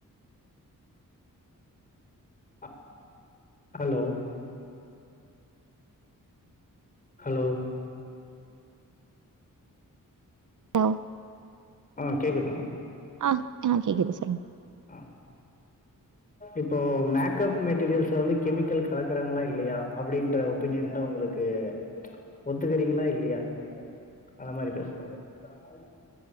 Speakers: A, on the left; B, on the right.
A: ஹ ஹலோ ஹலோ
B: ஹலோ.
A: ஆ கேக்குதுங்க
B: ஆ அ கேகுது சொல்லுங்க
A: ஆ இப்போ மேக்கப் மெட்டீரியல்ஸ்ல வந்து கெமிக்கல் கலக்குறாங்களா இல்லையா அப்டின்ற ஒபீனியன்தா உங்களுக் கு ஒத்துக்கறீங்களா இல்லையா அந்த மாரி பேசலா அதாவது